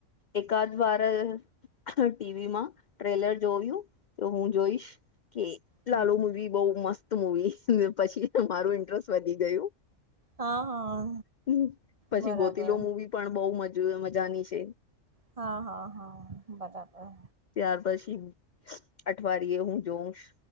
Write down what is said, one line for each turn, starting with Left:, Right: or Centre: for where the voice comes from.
Left: એકાદ વાર ટીવીમાં ટ્રેલર જોયું તો હું જોઈશ કે
Right: હમ.
Left: લાલુ મૂવી બઉ મસ્ત મુવી પછી મારું ઇન્ટરેસ્ટ વધી ગયું
Right: હા હા
Left: હ પછી
Right: બરાબર
Left: ગોતીલો મુવી પણ બહુ મજાની છે
Right: હા હા હા બરાબર <unintelligible>
Left: ત્યાર પછી અઠવાડિયે હું જોઉંશ